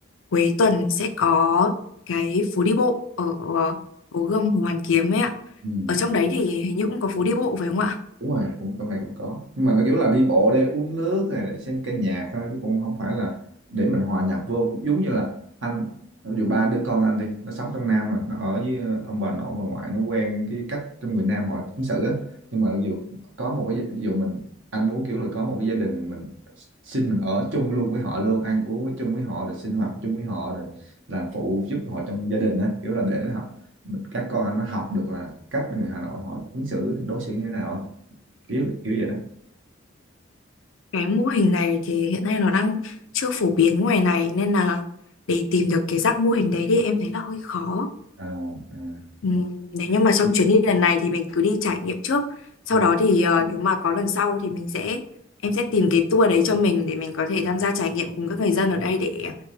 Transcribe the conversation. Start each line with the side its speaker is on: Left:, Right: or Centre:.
Left: cuối tuần sẽ có cái phố đi bộ ở ờ, Hồ Gươm Hồ Hoàn Kiếm ấy ạ.
Right: ừ.
Left: Ở trong đấy thì hình như cũng có phố đi bộ phải không ạ?
Right: đúng rồi cũng trong này cũng có nhưng mà nó kiểu là đi bộ để uống nước hay để xem ca nhạc thôi chứ cũng không phải là để mình hòa nhập vô giống như là anh ví dụ ba đứa con anh đi nó sống trong Nam rồi nó ở với ông bà nội bà ngoại nó quen cái cách trong người Nam họ ứng xử á nhưng mà ví dụ có một cái ví dụ mình anh muốn kiểu là có một cái gia đình mình xin mình ở chung luôn với họ luôn ăn uống với chung với họ rồi sinh hoạt chung với họ rồi làm phụ giúp họ trong gia đình á kiểu là để họ các con anh nó học được là cách người Hà Nội họ ứng xử đối xử như thế nào á kiểu kiểu vậy đó
Left: Cái mô hình này thì hiện nay nó đang chưa phổ biến ngoài này nên là để tìm được cái dạng mô hình đấy thì em thấy là hơi khó.
Right: à, à.
Left: Ừm,
Right: ờ,
Left: nếu như mà trong chuyến đi lần này thì mình cứ đi trải nghiệm trước. Sau
Right: Ừ.
Left: đó thì ờ, nếu mà có lần sau thì mình sẽ em sẽ tìm cái tour đấy cho mình để mình có thể tham gia trải nghiệm cùng các người dân ở đây để